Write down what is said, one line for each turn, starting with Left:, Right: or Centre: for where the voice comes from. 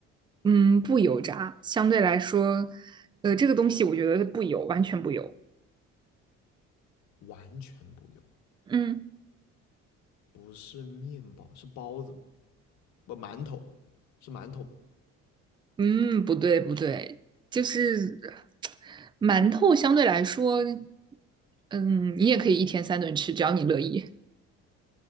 Right: 嗯，不油炸，相对来说，呃，这个东西我觉得不油，完全不油，
Left: 完全不油，
Right: 嗯。
Left: 是面包，是包子吗？不，馒头，是馒头吗？
Right: 嗯，不对不对，就是馒头相对来说，嗯，你也可以一天三顿吃，只要你乐意。